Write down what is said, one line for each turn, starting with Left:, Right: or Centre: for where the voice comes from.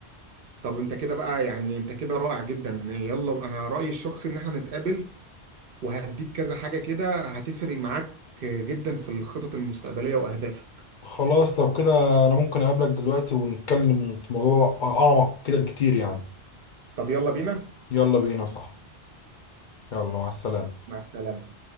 Right: طب انت كده بقى يعني انت كده رائع جدا يلا انا رأيي الشخصي ان احنا نتقابل وهديك كذا حاجة كده هتفرق معاك جدا في الخطط المستقبلية وأهدافك
Left: خلاص لو كده انا ممكن اقابلك دلوقتي ونتكلم في موضوع اعمق كده بكتير يعني
Right: طب يلا بينا
Left: يلا بينا صح يلا مع السلامة
Right: مع السلامة